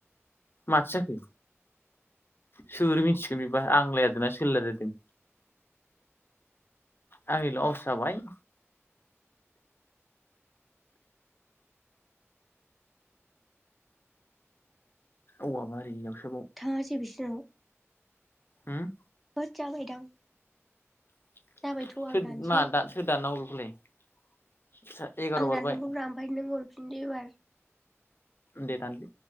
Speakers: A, on the left; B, in the centre.
A: माथो जाखो सोर मिथिगोन बेबा आं रायलायदोंना सोर रायलायदों आंनि ल' आवास जाबाय औवा बारियाव
B: थासि बिसुं
A: होम
B: होत जाबायदां
A: <unintelligible>
B: जाबायथ' आं दानसै
A: एगार'
B: आं
A: बारबाय
B: दाननांगौब्रा <unintelligible>
A: दे दानदो